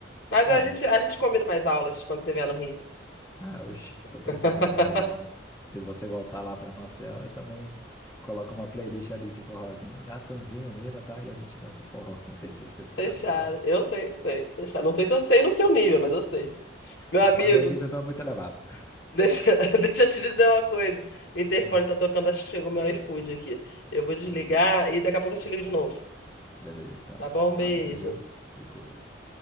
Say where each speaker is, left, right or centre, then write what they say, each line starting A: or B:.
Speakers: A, on the left (about 65°); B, on the left (about 15°).
A: Mas
B: é,
A: a gente, a gente combina mais aulas quando você vier no Rio.
B: Ah, oxe, tô precisando
A: <laughs>
B: de umas aula mesmo. Se você voltar lá para Maceió, eu também coloco uma playlist ali de forrozinho, Natanzinho Lima, tá? E a gente dança o forró. Não sei se você sabe
A: Fechado.
B: e tal.
A: Eu sei, sei. Fechado. Não sei se eu sei no seu nível, mas eu sei. Meu
B: Rapaz,
A: amigo.
B: meu nível não é muito elevado.
A: Deixa, <laughs> deixa eu te dizer uma coisa. O interfone
B: Ah,
A: tá tocando, acho que chegou meu iFood aqui. Eu vou desligar
B: beleza,
A: e daqui a pouco eu te ligo de novo.
B: beleza então.
A: Tá bom? Um Beijo.
B: Valeu, viu? Se cuide.